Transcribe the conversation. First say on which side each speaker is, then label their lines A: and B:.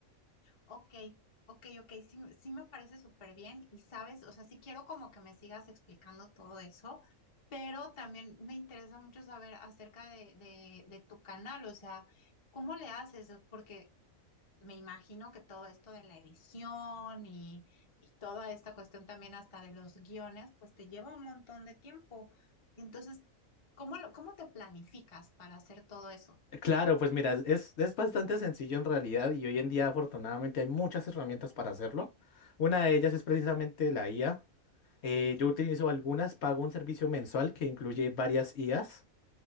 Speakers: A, on the left (about 45°); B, on the left (about 65°).
A: ok, ok, ok, sí, me- sí me parece súper bien y sabes, o sea, sí quiero como que me sigas explicando todo eso, pero también me interesa mucho saber acerca de, de, de tu canal, o sea, ¿cómo le haces? Porque me imagino que todo esto de la edición y, y toda esta cuestión también hasta de los guiones, pues te lleva un montón de tiempo. Entonces, ¿cómo lo, cómo te planificas para hacer todo eso?
B: Claro, pues mira, es, es bastante sencillo en realidad y hoy en día afortunadamente hay muchas herramientas para hacerlo. Una de ellas es precisamente la IA. Eh, yo utilizo algunas, pago un servicio mensual que incluye varias IAs